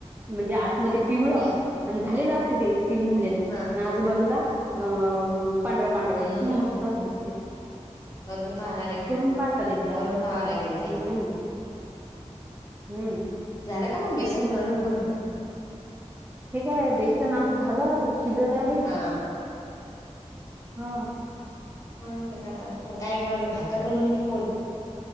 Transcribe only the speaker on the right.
म्हणजे आतमध्ये पिवळ आणि
झालेलं असत ते स्टीम झालेलं
आणि आजूबाजूला अ पांढर पांढर
एकदम मस्त
असं दिसते
करून पाहा चाल एकदा
हम्म
हम्म
हे काय बेसन आमचं झालं शिजत आहे
हा